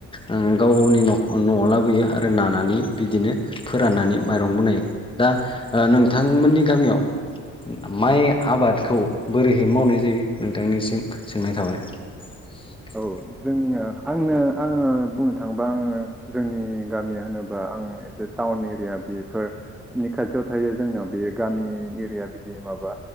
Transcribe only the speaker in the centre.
औ जोंनिया आंनो आङो बुंनो थाङोबा आङो जोंनि गामिया होनोब्ला आं एसे टाउन एरिया बेफोरनि खाथियाव थायो जोंनाव बे गामि एरिया बिदि माबा